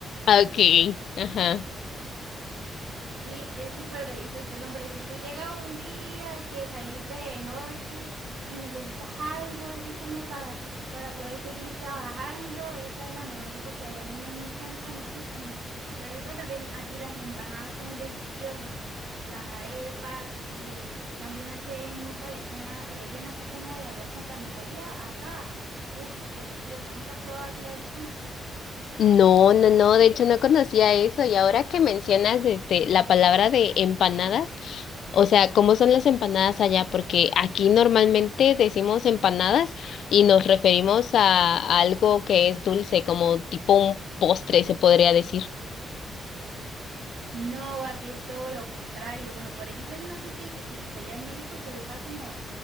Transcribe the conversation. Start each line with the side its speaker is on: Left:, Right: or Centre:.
Left: Okay, ajá.
Right: Sí, es súper delicioso, no, hombre. Si tú llegas un día que saliste de noche y necesitas algo así como para, para poder seguir trabajando, esa es la mejor sopa que hay. A mí me encanta muchísimo. Por ejemplo, también aquí las empanadas son deliciosas, las arepas y también hacen mucha lechona rellena así como de arroz con carne molida asada. Uf, deliciosa. ¿Nunca has probado así la lechona?
Left: No, no, no, de hecho no conocía eso y ahora que mencionas este, la palabra de empanadas, o sea, ¿cómo son las empanadas allá? Porque aquí normalmente decimos empanadas y nos referimos a, a algo que es dulce, como tipo un postre, se podría decir.
Right: No, aquí es todo lo contrario. Bueno, por ejemplo, yo no sé si, si, si allá en México se usa como